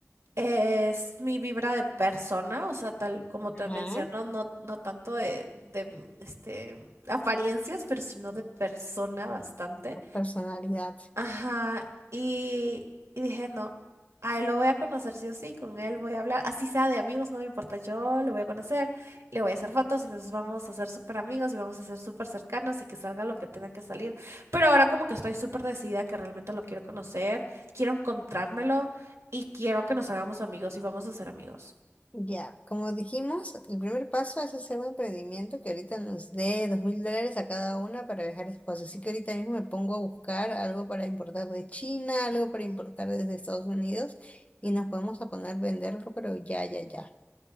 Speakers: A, on the right; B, on the left.
A: Es mi vibra de persona, o sea, tal como te
B: Ajá,
A: menciono, no, no tanto de, de, este, apariencias, pero sino de persona bastante.
B: personalidad.
A: Ajá, y, y dije, no, a él lo voy a conocer sí o sí, con él voy a hablar, así sea de amigos, no me importa, yo lo voy a conocer, le voy a hacer fotos y nos vamos a hacer súper amigos y vamos a ser súper cercanos y que salga lo que tenga que salir. Pero ahora como que estoy súper decidida que realmente lo quiero conocer, quiero encontrármelo y quiero que nos hagamos amigos y vamos a ser amigos.
B: Ya, como dijimos, el primer paso es hacer un emprendimiento que ahorita nos dé dos mil dólares a cada una para viajar esposo. Así que ahorita mismo me pongo a buscar algo para importar de China, algo para importar desde Estados Unidos y nos podemos a poner a venderlo, pero ya, ya, ya.